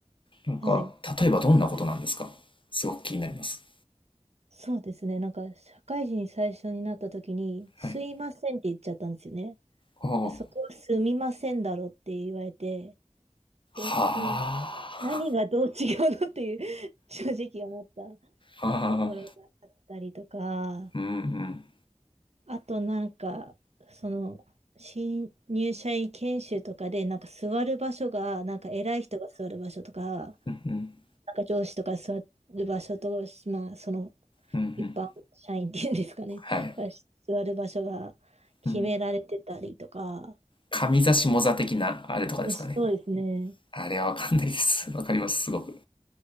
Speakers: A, on the left (about 45°); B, on the right (about 65°).
A: なんか、
B: はい。
A: 例えばどんなことなんですかすごく気になります。
B: そうですね。なんか社会人最初になった時に、すいませんって言っちゃったんですよね。
A: はい。ああ、
B: いや、そこはすみませんだろって言われて、え、
A: は
B: うん、何がどう違うのっていう <laughs> 正直思った。
A: あ、はあ、
B: ところがあったりとか、
A: うんうん、
B: あとなんか、その、新入社員研修とかで、なんか座る場所が、なんか偉い人が座る場所とか、
A: うん、
B: なんか上司とか座る場所と、まあ、その
A: うん、うん、
B: 一般社員っていうんですかね、
A: はい。
B: が座る場所が決められてたりとか、
A: うん。上座下座的なあれとかですかね。
B: でそうですね。
A: あれはわかんないです。わかります、すごく。